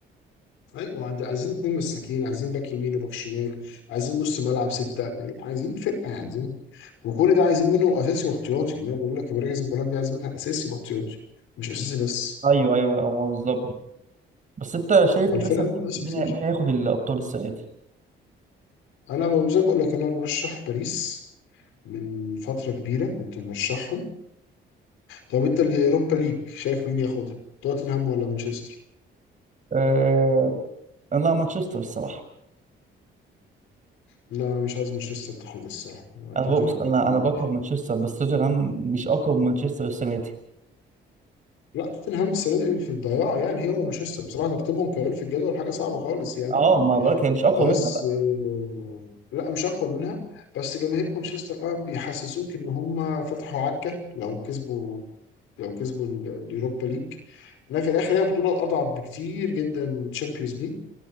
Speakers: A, on the left (about 85°); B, on the right (about 40°).
A: ايوه عند- عايزين اتنين مساكين عايزين باك يمين وباك شمال عايزين نص ملعب ستة عايزين فرقة عايزين وكل ده عايزين منه اساسي واحتياطي يعني انا بقول لك مراكز المباراة دي عايزين منها اساسي واحتياطي مش اساسي بس
B: ايوه ايوه أه، بالظبط بس انت شايف
A: فالفرقة
B: مثلا
A: دي بس
B: مين
A: كتير
B: مين هياخد الابطال السنه دي؟
A: انا ب- زي ما بقول لك انا برشح باريس من فترة كبيرة كنت مرشحهم طب انت اليوروبا ليج شايف مين ياخدها توتنهام ولا مانشستر
B: أه... انا مانشستر الصراحه
A: لا انا مش عايز مانشستر تاخدها الصراحة
B: انا
A: توتنهام
B: بص انا
A: يا عم
B: انا بكره مانشستر بس توتنهام مش اقوى من مانشستر السنه دي
A: لا توتنهام السنه دي في الضياع يعني هي ومانشستر بصراحه ترتيبهم كمان في الجدول حاجه صعبه خالص يعني
B: اه ما بقولك هي مش اقوى
A: بس
B: منها بقى
A: آه، لا مش اقوى منها بس جماهير مانشستر بقى بيحسسوك ان هم فتحوا عكه لو كسبوا لو كسبوا ال- اليوروبا ليج لكن في الاخر هي بطوله اضعف بكتير جدا من تشامبيونز ليج